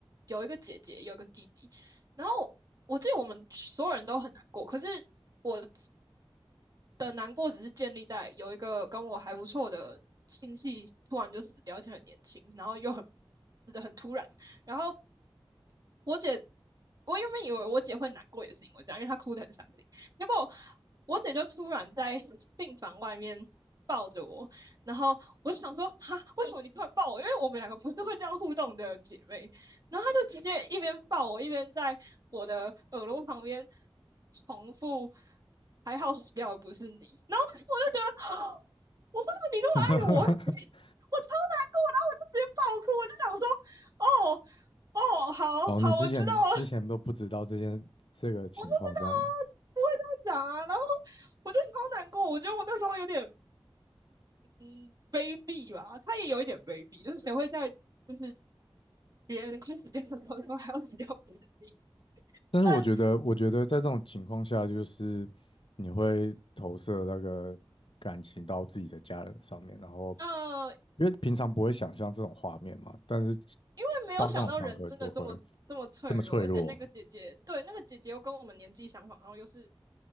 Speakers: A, on the right (about 45°); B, on the left (about 70°).
A: 有一个姐姐，有一个弟弟，然后我记得我们所有人都很难过，可是我的难过只是建立在有一个跟我还不错的亲戚突然就死掉，而且很年轻，然后又很死的很突然。然后我姐，我原本以为我姐会难过，也是因为这样，因为她哭得很伤心。结果我姐就突然在病房外面抱着我，然后我就想说，哈，为什么你突然抱我？因为我们两个不是会这样互动的姐妹。然后他就直接一边抱我，一边在我的耳朵旁边重复“还好死掉的不是你”，然后当时我就觉得，<gasps> 我不知道你那么爱我，
B: <laughs>
A: <laughs> 我超难过，然后我就直接爆哭，我就想说，哦哦，好好，
B: 哦，你之前之前都不知道这件这个情况这样。
A: 我知道了，我不知道啊，不会这样讲啊，然后我就超难过，我觉得我那时候有点嗯卑鄙吧，他也有一点卑鄙，就是谁会在就是别人快死掉的时候说还要死掉不是你，
B: 但是我觉得，
A: 但。
B: 我觉得在这种情况下，就是你会投射那个感情到自己的家人上面，然后
A: 呃，
B: 因为平常不会想象这种画面嘛，但是
A: 因为没有想到人真的这么这么脆弱，
B: 到那种场合就会这么脆弱，
A: 而且那个姐姐，对，那个姐姐又跟我们年纪相仿，然后又是